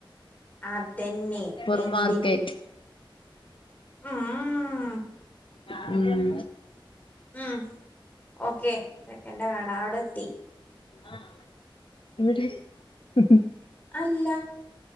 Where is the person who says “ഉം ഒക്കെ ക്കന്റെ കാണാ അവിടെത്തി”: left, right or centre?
Left